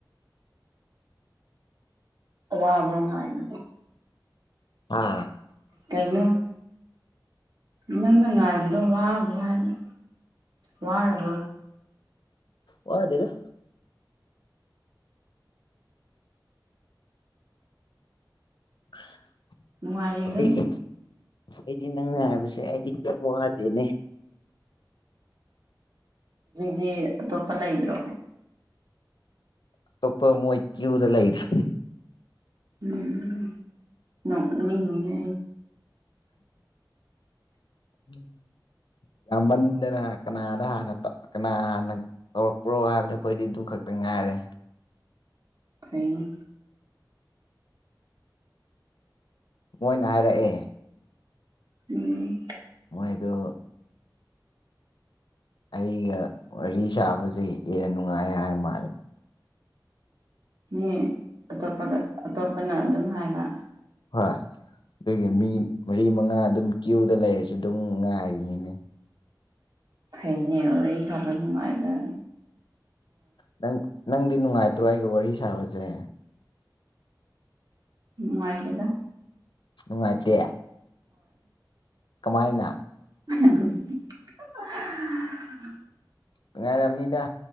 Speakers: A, on the right (about 60°); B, on the left (about 75°).
A: ꯋꯥꯕ꯭ꯔꯣꯅꯗꯤ
B: ꯑ
A: ꯀꯩꯅꯩꯅꯣ ꯅꯪꯅ ꯉꯥꯏꯕꯗꯣ ꯋꯥꯔꯕ꯭ꯔꯣ ꯍꯥꯏꯅ ꯋꯥꯔꯕꯣ
B: ꯋꯥꯗꯦꯗ <inaudible>
A: ꯅꯨꯡꯉꯥꯏꯕ꯭ꯔ
B: ꯑꯩꯗꯤ ꯑꯩꯗꯤ ꯅꯪꯅ ꯍꯥꯏꯕꯁꯦ ꯑꯩꯗꯤ ꯀꯔ ꯋꯥꯗꯦꯅꯦ
A: ꯗꯤ ꯇꯣꯞꯄꯂ ꯏꯣ
B: ꯑꯇꯣꯞꯄ ꯃꯣꯏ ꯀ꯭ꯌꯨꯗ ꯂꯩꯔꯤꯦ
A: ꯎꯝ ꯅꯅꯤꯍ
B: ꯎꯝ ꯌꯥꯝꯃꯟꯗꯦꯅ ꯀꯅꯥꯗ ꯍꯥꯟꯅ ꯀꯅꯥ ꯍꯥꯟꯅ ꯇꯧꯔꯛꯄ꯭ꯔꯣ ꯍꯥꯏꯕꯗ ꯑꯩꯈꯣꯏꯗꯤ ꯑꯗꯨ ꯈꯛꯇ ꯉꯥꯏꯔꯦ
A: ꯀꯩꯅꯦ
B: ꯃꯣꯏꯅ ꯍꯥꯏꯔꯛꯑꯦ
A: ꯎꯝ
B: ꯃꯣꯏꯗ ꯑꯩꯒ ꯋꯥꯔꯤ ꯁꯥꯕꯁꯦ ꯍꯦꯟꯅ ꯅꯨꯡꯉꯥꯏ ꯍꯥꯏꯔ ꯃꯥꯜꯂꯦ
A: ꯃꯤ ꯑꯇꯣꯞꯄꯗ ꯑꯇꯣꯞꯄꯅ ꯑꯗꯨꯝ ꯍꯥꯏꯕ
B: ꯍꯣꯏ ꯑꯗꯨꯒꯤ ꯃꯤ ꯃꯔꯤ ꯃꯉꯥ ꯑꯗꯨꯝ ꯀ꯭ꯌꯨꯗ ꯂꯩꯔꯁꯨ ꯑꯗꯨꯝ ꯉꯥꯏꯔꯤꯅꯤꯅꯦ
A: ꯍꯩꯅꯦ ꯑꯣꯏꯔ ꯁꯥꯕ ꯅꯨꯡꯉꯥꯏꯕ
B: ꯅꯪ ꯅꯪꯗꯤ ꯅꯨꯡꯉꯥꯏꯇ꯭ꯔꯣ ꯑꯩꯒ ꯋꯥꯔꯤ ꯁꯥꯕꯁꯦ
A: ꯅꯨꯡꯉꯥꯏꯗꯗ
B: ꯎ ꯆꯌꯥ ꯀꯃꯥꯏꯅ
A: ꯂ
B: ꯅꯨꯡꯉꯥꯏꯔꯝꯅꯤꯗ